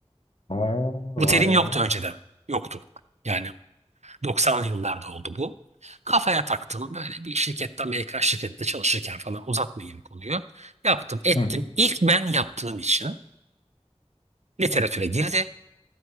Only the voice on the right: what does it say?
Bu terim
yoktu
önceden. Yoktu. Yani 90'lı yıllarda oldu bu. Kafaya taktım böyle bir şirkette Amerikan şirkette çalışırken falan uzatmayayım konuyu. Yaptım ettim.
İlk ben yaptığım için literatüre girdi.